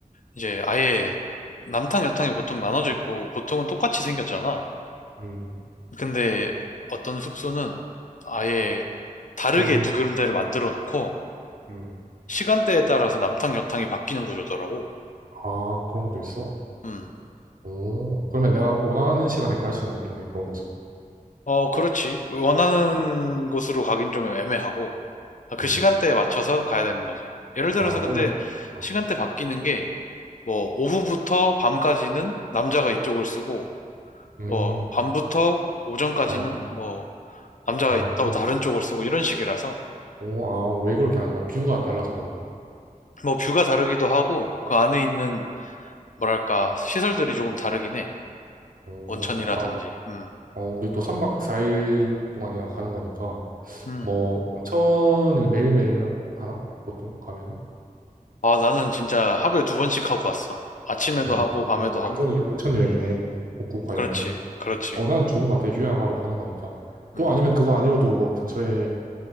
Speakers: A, on the left; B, on the right.
A: 이제 아예 남탕, 여탕이 보통 나눠져 있고, 보통은 똑같이 생겼잖아.
B: 음,
A: 근데 어떤 숙소는 아예 다르게
B: 혼자,
A: 두 군데를 만들어 놓고,
B: 음,
A: 시간대에 따라서 남탕, 여탕이 바뀌는 구조더라고.
B: 아, 그런 것도 있어.
A: 음
B: 오, 그러면 내가 원하는 시간에 갈 수는 없겠네, 그런 곳에.
A: 어, 그렇지. 원하는 곳으로 가긴 좀 애매하고, 아, 그
B: 음,
A: 시간대에 맞춰서 가야 되는 거지. 예를 들어서
B: 아, 그러면,
A: 근데
B: 아,
A: 시간대 바뀌는 게, 뭐, 오후부터 밤까지는 남자가 이쪽을 쓰고,
B: 음,
A: 뭐, 밤부터 오전까지는
B: 아,
A: 뭐, 남자가
B: 아, 그런
A: 또 다른
B: 식으로.
A: 쪽을 쓰고, 이런 식이라서,
B: 오, 아, 왜 그렇게 하는 거야? 뷰가 달라서 그럴까?
A: 뭐, 뷰가 다르기도 하고, 그 안에 있는, 뭐랄까, 시설들이 조금 다르긴 해.
B: 오,
A: 온천이라든지,
B: 좋다.
A: 음,
B: 어, 우리 또 3박 4일 동안이나 가는 거니까,
A: 음.
B: 뭐, 온천을 매일매일 하나? 보통 가면은?
A: 아, 나는 진짜 하루에 두 번씩 하고 왔어. 아침에도
B: 어,
A: 하고, 밤에도
B: 그냥
A: 하고.
B: 완전히 온천 여행이네. 후쿠오카
A: 그렇지,
B: 여행은.
A: 그렇지.
B: 어, 난 좋은 것 같아. 휴양하러 가는 거니까.
A: 음.
B: 또 아니면 그거 아니어도 뭐 근처에